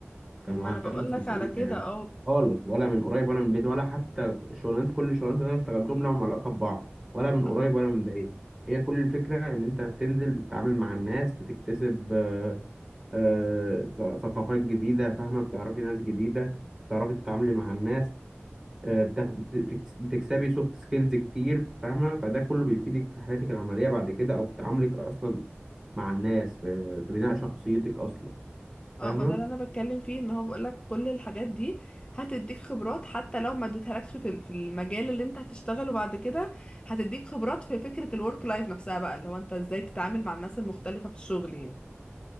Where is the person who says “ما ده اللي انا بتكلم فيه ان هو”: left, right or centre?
Left